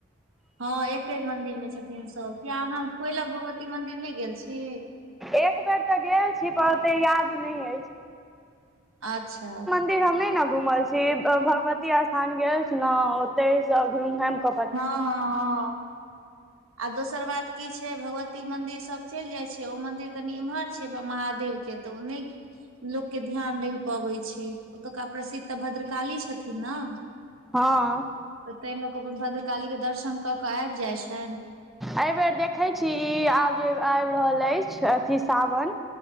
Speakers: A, on the right (about 80°); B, in the centre.
A: हा एक्के मन्दिर मे छथिन सभ, किया अहा कोइल। भगवती मन्दिर नै गेल छी?
B: एक बेर तऽ गेल छै, पर ओतेक याद नहि अछि।
A: अच्छा।
B: मन्दिर हमनी ने घुमल छी भगवती स्थान गेल छी ने ओते सभ घुमि घामि केऽ।
A: हँ, हँ, हँ, आ दोसर बात कि छै। छै, भगवती मंदिर सभ चलि जाइ छै, ओ मंदिर कनि एम्हर छै, महादेव के तऽ ओ नहि। लोक के ध्यान रहि पबै छै, ओतुका प्रसिद्ध तऽ भद्रकाली छथिन ने।
B: हँ।
A: तऽ ताहि लोक अपन भद्र कालीके दर्शन कऽ के आबि जाइत छैन।
B: एहिबेर देखैत छै ई आब जे आबि रहल अछि, अथि सावन।